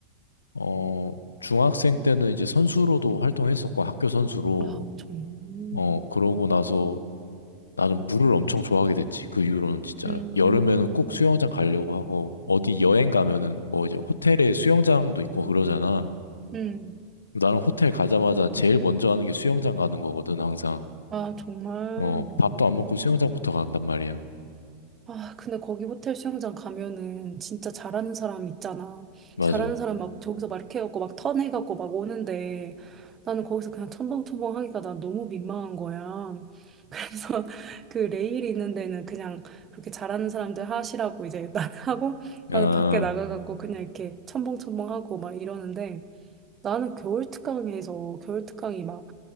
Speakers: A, on the left; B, on the right.
A: 어, 중학생 때는 이제 선수로도 활동했었고 학교 선수로
B: 아, 정말.
A: 어, 그러고 나서 나는 물을 엄청 좋아하게 됐지. 그 이후로는 진짜
B: 음.
A: 여름에는 꼭 수영장 가려고 하고 어디 여행 가면은 뭐 이제 호텔에 수영장도 있고 그러잖아.
B: 음.
A: 나는 호텔 가자마자 제일 먼저 하는 게 수영장 가는 거거든, 항상.
B: 아, 정말.
A: 어, 밥도 안 먹고 수영장부터 간단 말이야.
B: 아, 근데 거기 호텔 수영장 가면은 진짜 잘하는 사람 있잖아.
A: 맞아.
B: 잘하는 사람 막 저기서 막 이렇게 해갖고 막 턴해갖고 막 오는데 나는 거기서 그냥 첨벙첨벙 하기가 난 너무 민망한 거야. 그래서 <laughs> 그 레일 있는 데는 그냥 그렇게 잘하는 사람들 하시라고 이제 <laughs> 난 하고 나는
A: 아,
B: 밖에 나가갖고 그냥 이렇게 첨벙첨벙 하고 막 이러는데 나는 겨울 특강에서 겨울 특강이 막